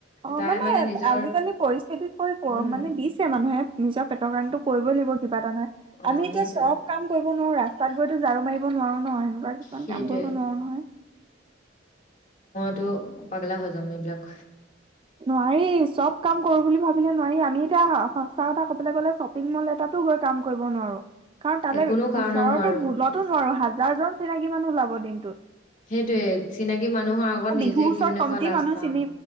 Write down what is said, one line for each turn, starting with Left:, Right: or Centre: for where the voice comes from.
Right: অ
Left: তাই
Right: মানে
Left: নিজৰ
Right: আজিকালি পৰিস্থিতিত পৰি
Left: উম
Right: মানে দি মানুহে নিজৰ পেটৰ কাৰণটো কৰিবই লাগিব কিবা এটা নহয়
Left: অ
Right: আমি এতিয়া
Left: সেইটোৱে
Right: চব কাম কৰিব নোৱাৰো ৰাস্তাত গৈতো ঝাৰু মাৰিব নোৱাৰো নহ এনেকুৱা কিছুমান
Left: সেইটোৱে
Right: কাম কৰিব নোৱাৰো নহয়
Left: তটো পাগলা হৈ যাম এইবিলাক
Right: নোৱাৰি চব কাম কৰো বুলি ভাবিলে নোৱাৰি আমি এতিয়া সঁচা কথা কবলৈ গলে শ্বপিং মল এটাতো গৈ কাম কৰিব নোৱাৰো কাৰণ তালৈ
Left: এ কোনো কাৰণত
Right: ওচৰৰতো
Left: নোৱাৰো
Right: ভুলতো নোৱাৰো হাজাৰ জন চিনাকি মানুহ ওলাব দিনটোত
Left: সেইটোৱে চিনাকি মানুহৰ আগত নিজে
Right: বিহুৰ ওচৰত
Left: কি মানে
Right: কমট
Left: কোৱা লাজ
Right: মানুহ
Left: পাম
Right: চিনি